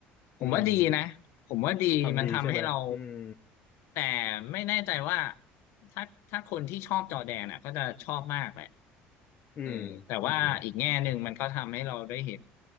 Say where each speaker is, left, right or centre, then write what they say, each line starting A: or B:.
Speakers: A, on the left; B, on the left.
A: ผมว่าดีนะผมว่าดีมันทำให้เรา
B: อืมทำดีใช่ไหมอืม
A: แต่ไม่แน่ใจว่าถ้าถ้าคนที่ชอบจอร์แดนอ่ะก็จะชอบมากแหละ
B: อืมอืม
A: เออแต่ว่าอีกแง่หนึ่งมันก็ทำให้เราได้เห็น